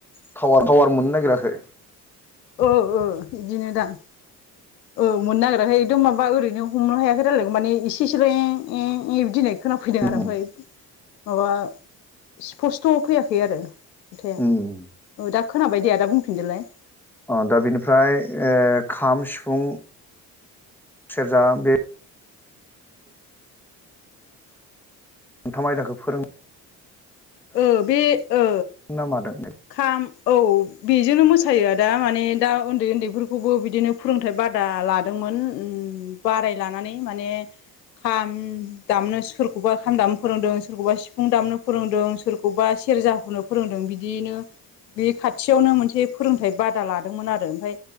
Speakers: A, in the centre; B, on the left.
A: थावार थावार मोननो नागिराखै
B: औ औ बिदिनो दां औ मोननो नागिराखै एकदम माबा ओरैनो हमनो हायाखै रायलायनायखौ माने इसेसेल ए ए ए बिदि होनख खोनाफैदों
A: उम
B: आरो ओमफफ्राय माबा स्पस्थ फैयाखै आरो खोथाया
A: उम
B: ओ दा खोनाबाय दे आदा बुंफिनदोलाय
A: अ दा बिनिफ्राय ओ खाम सिफुं सेरजा बे मोनथाम आयदाखौ फोरों
B: ओ बे ओ
A: ना मादों
B: खाम औ बेजोंनो मोस फोथायो आदा माने दा ओन्दै औन्दैफोरखौबो बिदिनो फोरोंथाइ बादा लादोंमोन उम बाराय लानानै माने खाम दामनो सोरखौबा खाम दामनो फोरोंदों सोरखौबा सिफुं दामनो फोरोंदों सोरखौबा सेरजा हुनो फोरोंदों बिदियैनो बे खाथियावनो मोनसे फोरोंथाय बादा लादोंमोन आरो ओमफ्राय